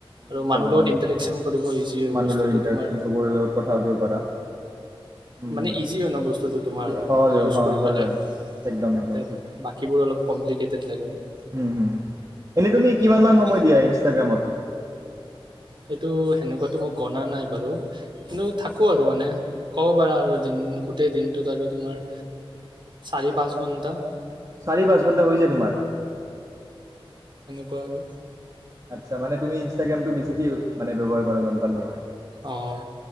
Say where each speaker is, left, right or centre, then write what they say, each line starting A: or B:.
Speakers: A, on the right; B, on the right.
A: ৰিলছ
B: আৰু মানুহৰ
A: চাবৰ
B: লগত
A: কাৰণে
B: ইণ্টাৰেকশ্যন
A: ভাল হয়
B: কৰিব ইজি
A: মানুহ
B: বস্তুটো
A: লগত ইণ্টডাকশ্যন
B: তোমাৰ
A: চবৰে লগত কথা পাতিব পাৰা হুম,
B: মানে
A: হুম।
B: ইজি হয় ন বস্তুটো তোমাৰ
A: এ- হয়
B: মানে ইউজ
A: হয়
B: কৰিবলে
A: হয় হয় একদম একদম
B: এতিয়া বাকীবোৰ অ কমপিক্লেটে লাগে মোৰ
A: উম উম এনেই তুমি কিমান
B: সেইটো
A: মান সময় দিয়া ইনষ্টাগ্ৰামত
B: সেইটো সেনেকোৱাতো মই গনা নাই বাৰু কিন্তু থাকোঁ আৰু মানে ক'ব পাৰা আৰু দিন গোটেই দিনটোত আৰু তোমাৰ চাৰি পাঁচ ঘণ্টা
A: চাৰি পাঁচ ঘণ্টা হৈ যায় তোমাৰ
B: কোৱা আৰু
A: আচ্ছা মানে তুমি ইনষ্টাগ্ৰামটো বেছিকে মানে ব্যৱহাৰ কৰা গম পালো মই
B: অঁ